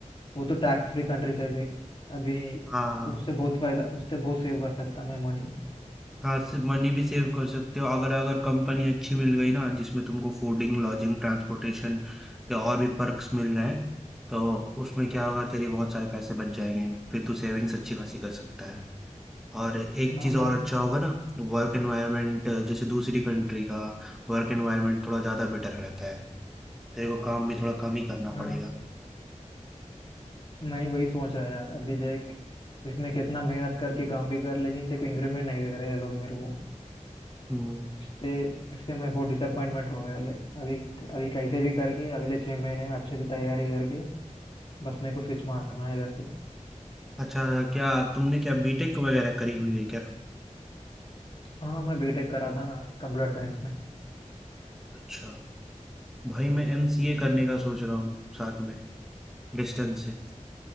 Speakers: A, on the left (about 45°); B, in the centre.
A: वो तो टैक्स फ्री कंट्रीज है देख अभी
B: हाँ
A: उससे बहुत फायदा उससे बहुत सेव कर सकता मैं मनी
B: हाँ सिर्फ मनी भी सेव कर सकते हो अगर अगर कंपनी अच्छी मिल गई ना जिसमें तुमको फूडिंग लॉजिंग ट्रांसपोर्टेशन या और भी पर्क्स मिल रहे हैं तो उसमें क्या होगा तेरे बहुत सारे पैसे बच जाएंगे फिर तू सेविंग्स अच्छी खासी कर सकता है और एक
A: हाँ
B: चीज़
A: मैं
B: और अच्छा होगा ना वर्क एनवायरनमेंट जैसे दूसरी कंट्री का वर्क एनवायरनमेंट थोड़ा ज़्यादा बेटर रहता है तेरे को काम भी थोड़ा कम ही करना
A: हाँ
B: पड़ेगा
A: मैं वही सोच रहा यार अभी देख इसमें कितना मेहनत करके काम भी कर लेकिन देखो इंक्रीमेंट नहीं दे रहे ये लोग मेरे को
B: हम्म
A: इससे इससे मैं बहुत डिसअपॉइंटमेंट हो गया लाइक अभी अभी कैसे भी करके अगले छह महीने में अच्छे से तैयारी करके बस मेरे को स्विच मारना है इधर से
B: अच्छा क्या तुमने क्या बीटेक वगैरह करी हुई है क्या
A: हाँ मैं बीटेक करा था ना कंप्यूटर साइंस में
B: अच्छा भाई मैं एमसीए करने का सोच रहा हूँ साथ में डिस्टेंस से